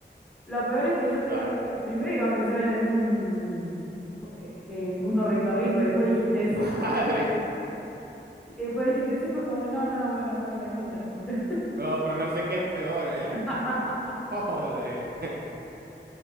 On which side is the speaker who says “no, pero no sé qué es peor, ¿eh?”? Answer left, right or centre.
Right